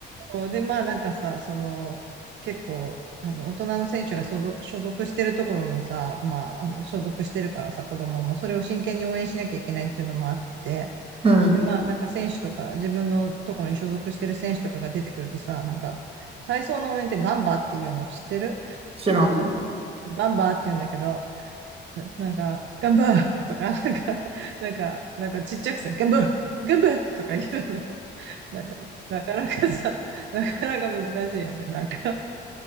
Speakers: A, on the right; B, on the right.
A: そうで、まあなんかさ、その、結構、あの、大人の選手が所属、所属してるところのさ、まあ、あの、所属してるからさ、子供もそれを真剣に応援しなきゃいけないっていうのもあって、
B: うん。
A: で、まあ、なんか選手とか、自分のところに所属してる選手とかが出てくるとさ、なんか、体操の応援ってガンバっていうの知ってる
B: 知らない。
A: ガンバって言うんだけど、ななんか、ガンバー <laughs> とか、なんか、なんか、なんかちっちゃくさ、ガンバーガンバーとか言うの。<laughs> なんか、なかなかさ、<laughs> なかなか難しいよね。なんか、